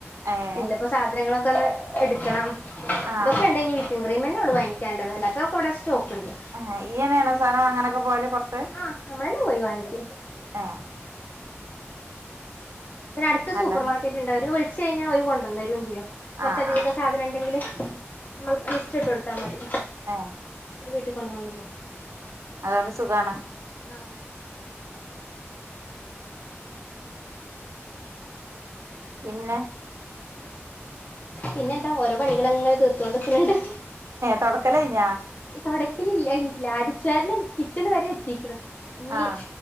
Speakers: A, on the right; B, on the left.
A: ഏഹ്
B: ഇന്നിപ്പൊ സാധനങ്ങളൊക്കെ ഒന്ന് ഇടുക്കണം
A: ആഹ്
B: ഇതൊക്കെ ഇണ്ട് ഇനി വി പ്പിംഗ് ക്രീമെന്നേ ഒള്ളൂ വാങ്ങിക്കാള്ളത് അല്ലാത്തതൊക്കെ ഇവടെ സ്റ്റോക്ക്ണ്ട്
A: ആ ഇയ്യെന്നാണോ സാനം വാങ്ങാനൊക്കെ പോവല് പൊറത്ത്
B: ആഹ് നമ്മളന്നെ പോയി വാങ്ങിക്കും
A: ആഹ്
B: പിന്നട്ത്ത്
A: നല്ല
B: സൂപ്പർമാർക്കറ്റ്ണ്ട് ഓര് വിൽച്ചഴിഞ്ഞാ ഓര് കൊണ്ടന്നേരും ചെയ്യും. കൊർച്ചധികൊക്കെ
A: ആഹ് ആഹ്
B: സാധനണ്ടെങ്കില് നമ്മൾ ലിസ്റ്റ്ട്ടോട്ത്താ മതി.
A: ആഹ്
B: ഓര് വീട്ടി കൊണ്ടന്നന്ന് പോവും.
A: അതൊണ്ട് സുഖാണ്.
B: ആഹ്
A: പിന്നെ
B: പിന്നെ ന്താ ഓരോ പണികളങ്ങനെ തീർത്തോണ്ട്ക്ക്ണ്‌ണ്ട്.
A: തൊടക്കലയ്ഞ്ഞാ?
B: ഇ തൊടക്കലില്ല കയ്നിട്ടില്ല. അടിച്ചാരല് കിച്ചണ് വരെ എത്തിക്ക്ണ് ഇഞ്
A: ആഹ്